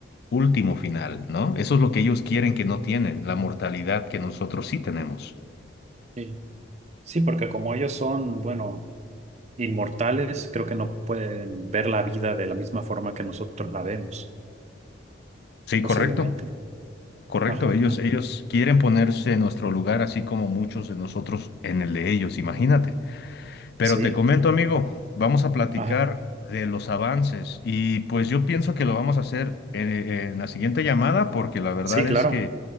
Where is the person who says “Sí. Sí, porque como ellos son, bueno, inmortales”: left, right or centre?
Right